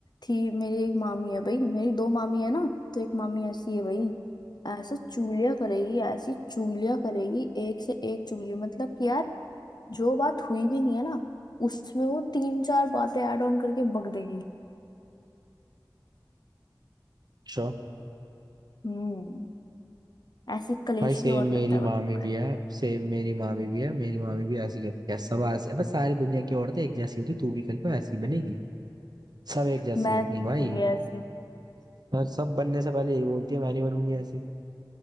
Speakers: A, on the left; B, on the right.
A: थी मेरी एक मामी है भाई मेरी दो मामी है ना तो एक मामी ऐसी है भाई ऐसा चूलिया करेगी ऐसी चूलिया करेगी एक से एक चूलिया मतलब कि यार जो बात हुई भी नहीं है ना उसमें वो तीन चार बातें ऐड ऑन करके बक देगी
B: श्योर
A: हम्म ऐसी कलेशी
B: भाई सेम
A: और
B: मेरी
A: रहता है भाई।
B: मामी भी है सेम मेरी मामी भी है मेरी मामी भी ऐसी करती है सब ऐसी अबे सारी दुनिया की औरतें एक जैसी होती तू भी कल को ऐसी बनेगी सब एक जैसी
A: मैं
B: होती है भाई
A: हूँ ऐसी
B: और सब बनने से पहले यही बोलती है मैं नहीं बनूंगी ऐसी